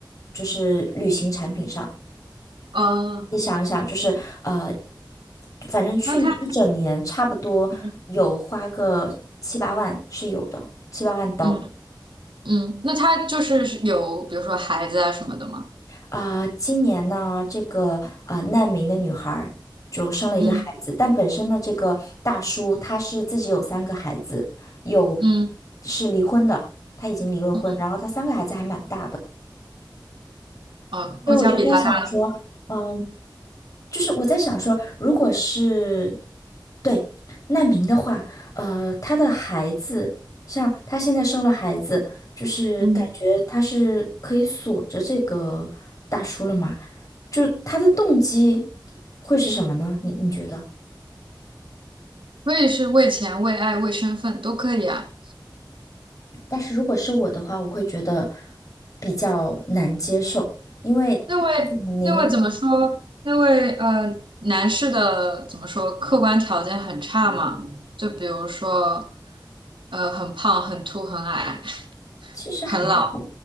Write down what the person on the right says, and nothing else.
哦，
那他，嗯
嗯。嗯，那他就是有比如说孩子啊什么的吗？
嗯
嗯
嗯，
哦，
估计要比他大。
嗯，
为是为钱、为爱、为身份都可以啊。
那位那位怎么说？那位呃男士的怎么说？客观条件很差嘛？就比如说呃很胖、很秃、很矮、<laughs>
很老，